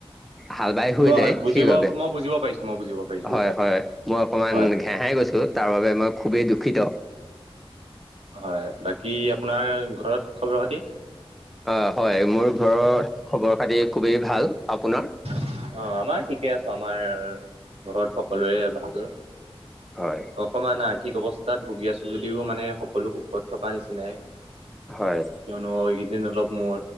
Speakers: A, in the centre; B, on the right.
A: হাল বাই হৈ
B: অ
A: যায়
B: হয় বুজিব
A: সেইবাবে
B: মই বুজিব পাৰিছো মই বুজিব পাৰিছো
A: হয় হয় মই অকমান
B: হয়
A: ঘেহাই গৈছো তাৰ বাবে মই খুবেই দুখিত
B: হয় বাকী আপোনাৰ ঘৰত খবৰ খাতি
A: অ হয় মোৰ ঘৰত খবৰ খাতি খুবেই ভাল আপোনাৰ
B: অ আমাৰ ঠিকে আছো আমাৰ ঘৰত সকলোৰে ভাল
A: হয়
B: অকমান আৰ্থিক অৱস্থাত ভুগি আছো যদিও মানে সকলো সুখত থকা নিচিনাই
A: হয়
B: কিয়নো এইকেদিন অলপ মোৰ